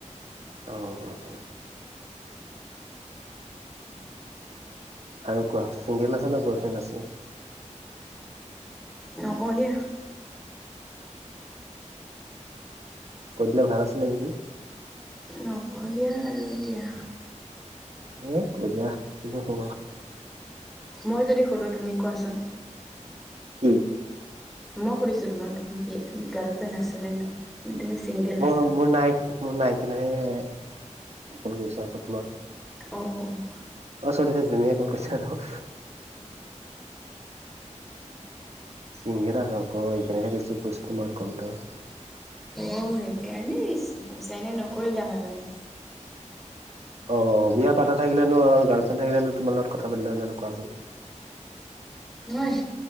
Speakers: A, on the right; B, in the centre.
A: অ' অ'। আৰু কোৱা চিংগেল আছে নে বইফ্ৰেণ্ড আছে?
B: নকও দিয়া।
A: কৈ দিলে ভাল আছিলে নেকি।
B: নকওঁ দিয়া আৰু এতিয়া।
A: এ কৈ দিয়া কিনো হব।
B: মই যদি সুধো তুমি কোৱাচোন।
A: উম,
B: মই সুধিছোঁ তোমাক। গাৰ্লফ্ৰেণ্ড আছে নে নাই? তুমি ছিংগেল আছা
A: অ' মোৰ নাই, মোৰ নাই কাৰণে কল কৰিছোঁ আকৌ তোমাক।
B: অ', অ'।
A: <unintelligible> গম পাইছাই দেখোন। <unintelligible>
B: অ', সেইকাৰণে ৰিচিভ কৰিছা, এনেই নকৰিলা হয় মানে?
A: অ', বিয়া পাতা থাকিলেনো, গাৰ্লফ্ৰেণ্ড থাকিলেনো তোমাৰ লগত কথা পাতিলো হয়, কোৱাচোন?
B: নহয়